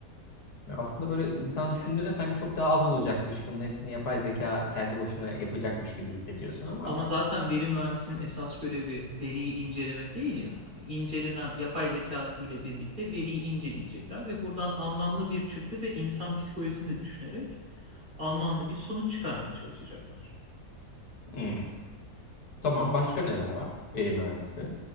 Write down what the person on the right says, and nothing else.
Ama zaten veri mühendisinin esas görevi veriyi incelemek değil ya. Hani incelenen yapay zeka ile birlikte veriyi inceleyecekler ve buradan anlamlı bir çıktı ve insan psikolojisini de düşünerek anlamlı bir sonuç çıkarmaya çalışacaklar.